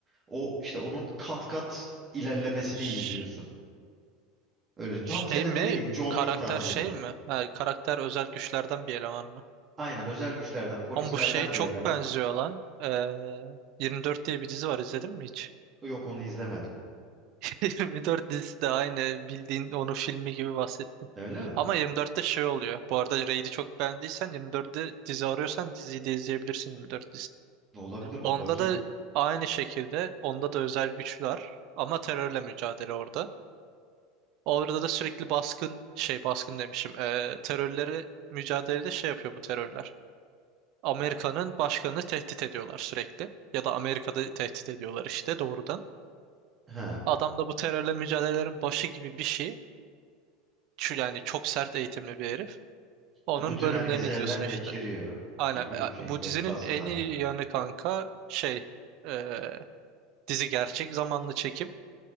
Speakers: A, on the right; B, on the right.
A: O işte onun kat kat ilerlemesini
B: Ş-
A: izliyorsun. Öyle tam
B: Şey
A: senin
B: mi?
A: dediğin gibi John
B: Karakter
A: Wick tarzı
B: şey
A: gibi.
B: mi? Ha, karakter özel güçlerden bir eleman mı?
A: Aynen özel güçlerden, polislerden
B: Oğlum bu şey çok
A: bir eleman.
B: benziyor lan. Ee, 24 diye bir dizi var izledin mi hiç?
A: Yok onu izlemedim.
B: <laughs> 24 dizisi de aynı bildiğin onun filmi gibi bahsettim.
A: Öyle mi?
B: Ama 24'te şey oluyor. Bu arada Raid'i çok beğendiysen 24'te dizi arıyorsan diziyi de izleyebilirsin 24
A: Olabilir
B: Onda
A: bir bakayım.
B: da aynı şekilde onda da özel güçler ama terörle mücadele orada. Orada da sürekli baskın şey baskın demişim. Eee terörleri mücadelede şey yapıyor bu terörler. Amerika'nın başkanını tehdit ediyorlar sürekli. Ya da Amerika'da tehdit ediyorlar işte doğrudan.
A: Ha.
B: Adam da bu terörle mücadelelerin başı gibi bir şey. Şu yani çok sert eğitimli bir herif. Onun
A: Ha, bütün
B: bölümlerini
A: herkesi elden
B: izliyorsun işte.
A: geçiriyor
B: Aynen.
A: gibi
B: E,
A: bir şey
B: Bu
A: böyle
B: dizinin
A: baskınlarda.
B: en iyi yanı kanka şey eee, dizi gerçek zamanlı çekim.